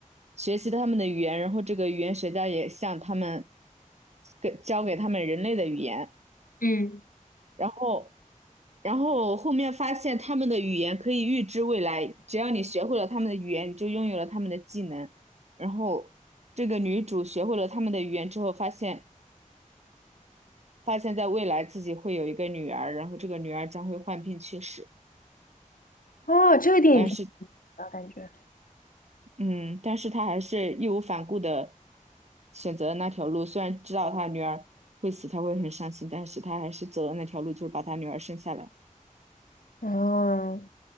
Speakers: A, on the right; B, on the left.
A: 学习他们的语言，然后这个语言学家也向他们给教给他们人类的语言。
B: 嗯，
A: 然后然后后面发现他们的语言可以预知未来，只要你学会了他们的语言，你就拥有了他们的技能。然后这个女主学会了他们的语言之后，发现发现在未来自己会有一个女儿，然后这个女儿将会患病去世。
B: 哦，这个电影挺
A: 但是，
B: 好的感觉。
A: 嗯，但是她还是义无反顾的选择了那条路，虽然知道她女儿会死，她会很伤心，但是她还是走了那条路，就是把她女儿生下来。
B: 哦，